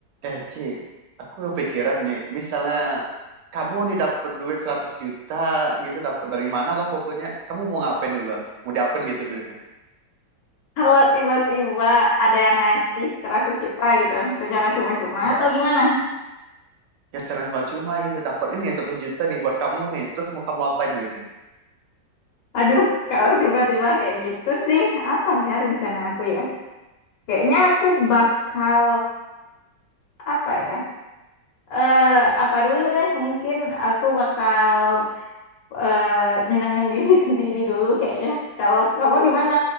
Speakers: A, on the right (about 80°); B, on the left (about 90°).
A: Eh, Ci, aku kepikiran nih, misalnya kamu nih dapet duit 100 juta gitu, dapet dari mana lah pokoknya. Kamu mau ngapain duluan? Mau diapain gitu duitnya?
B: Kalau tiba-tiba ada yang ngasih 100 juta gitu secara cuma-cuma
A: Iya.
B: atau gimana?
A: Ya secara cuma-cuma gitu, dapet ini 100 juta nih buat kamu nih. Terus mau kamu apain duitnya?
B: Aduh, kalau tiba-tiba kayak gitu sih, apa ya rencana aku ya? Kayaknya aku bakal apa ya? Eh, apa dulu deh, mungkin aku bakal eh, nyenengin diri <laughs> sendiri dulu kayaknya. Kalau kamu gimana?